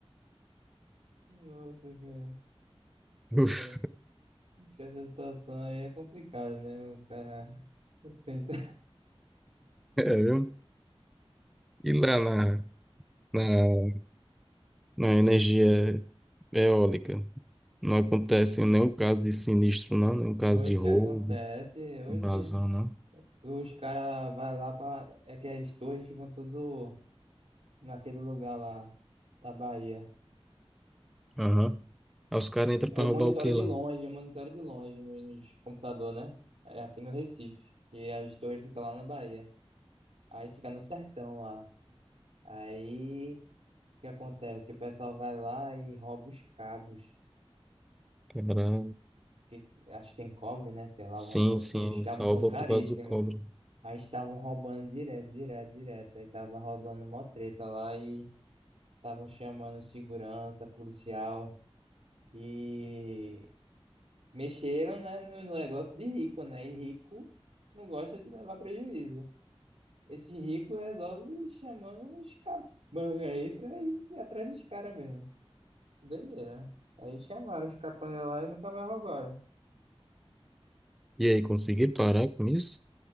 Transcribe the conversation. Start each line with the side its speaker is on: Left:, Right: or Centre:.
Right: Nossa, cara.
Centre: <laughs>
Right: É, se essa situação aí é complicada, né? O cara tenta.
Centre: É, viu? E lá na, na, na energia eólica, não acontece nenhum caso de sinistro, não, nenhum caso
Right: Oxe,
Centre: de roubo,
Right: acontece. Oxe,
Centre: vazão, não.
Right: os caras vai lá pra. É que as torres ficam tudo naquele lugar lá, na Bahia.
Centre: Aham. Aí os caras entram pra
Right: Eu
Centre: roubar
Right: monitoro
Centre: o que
Right: de
Centre: lá?
Right: longe, eu monitoro de longe no- nos computador, né? É aqui no Recife. E as torres ficam lá na Bahia. Aí fica no sertão lá. Aí o que acontece? O pessoal vai lá e rouba os cabos.
Centre: Caralho.
Right: Que, acho que tem cobre, né? Sei lá,
Centre: Sim,
Right: alguma coisa
Centre: sim,
Right: assim. Os
Centre: eles
Right: cabos
Centre: roubam
Right: são caríssimos.
Centre: por causa do cobre.
Right: Aí estavam roubando direto, direto, direto. Aí tava rolando mó treta lá e estavam chamando segurança, policial. E Mexeram, né, no no negócio de rico, né? E rico não gosta de levar prejuízo. Esse rico resolve chamando uns capangas aí pra ir atrás dos caras mesmo. Doideira. Aí chamaram os capangas lá e nunca mais roubaram.
Centre: E aí, consegui parar com isso?